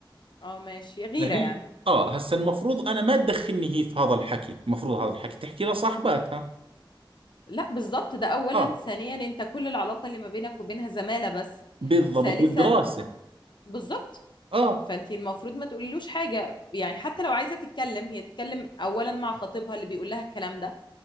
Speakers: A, on the left; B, on the right.
A: اه ماشي غيرة
B: فهي
A: يعني
B: اه هسا المفروض انا ما تدخلني هي في هذا الحكي المفروض هذا الحكي تحكي لصاحباتها
A: لا بالظبط ده اولا
B: اه
A: ثانيا انت كل العلاقه اللي ما بينك وبينها زماله بس
B: بالضبط
A: ثالثا
B: والدراسه
A: بالظبط
B: اه
A: فانت المفروض ما تقوليلوش حاجه يعني حتى لو عايزه تتكلم هي تتكلم اولا مع خطيبها اللي بيقول لها الكلام ده